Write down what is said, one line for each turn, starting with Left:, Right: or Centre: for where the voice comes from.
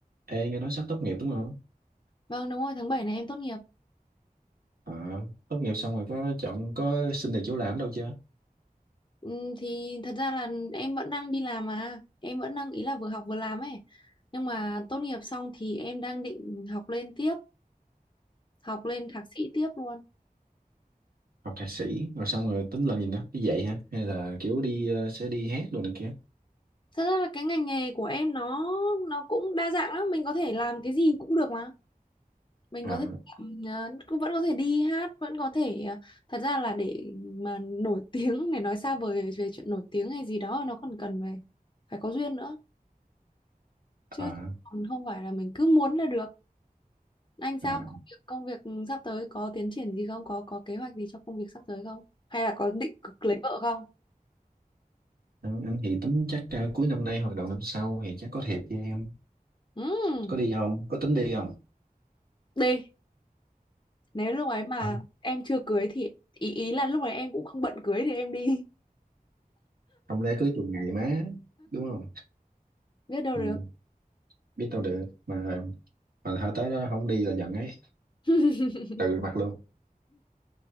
Right: Ê, nghe nói sắp tốt nghiệp đúng không?
Left: Vâng đúng rồi, tháng 7 này em tốt nghiệp.
Right: À, tốt nghiệp xong rồi có chọn có xin được chỗ làm đâu chưa?
Left: Ừm, thì thật ra là em vẫn đang đi làm mà. Em vẫn đang ý là vừa học vừa làm ấy. Nhưng mà tốt nghiệp xong thì em đang định học lên tiếp, học lên thạc sĩ tiếp luôn.
Right: Học thạc sĩ rồi xong rồi tính làm gì nữa? Đi dạy hả? Hay là kiểu đi ờ, sẽ đi hát đồ này kia?
Left: Thật ra là cái ngành nghề của em nó nó cũng đa dạng lắm, mình có thể làm cái gì cũng được mà. Mình
Right: À,
Left: có thể làm, ờ, cũng vẫn có thể đi hát, vẫn có thể ờ, thật ra là để mà nổi <laughs> tiếng để nói xa vời về chuyện nổi tiếng hay gì đó nó còn cần về phải có duyên nữa chứ
Right: à,
Left: còn không phải là mình cứ muốn là được. Anh sao
Right: à.
Left: công việc công việc sắp tới có tiến triển gì không? Có có kế hoạch gì cho công việc sắp tới không? Hay là có định cực lấy vợ không?
Right: Đó, Anh thì tính chắc ờ, cuối năm nay hoặc đầu năm sau thì chắc có thiệp cho em.
Left: Ừm,
Right: Có đi không? Có tính đi không?
Left: đi. Nếu lúc ấy mà
Right: Không,
Left: em chưa cưới thì ý ý là lúc ấy em cũng không bận cưới thì em đi. <laughs>
Right: không lẽ cứ chừng ngày má, đúng không?
Left: Biết đâu
Right: Ừ,
Left: được.
Right: biết đâu được mà mà thôi tới đó không đi là giận ấy,
Left: <laughs>
Right: từ mặt luôn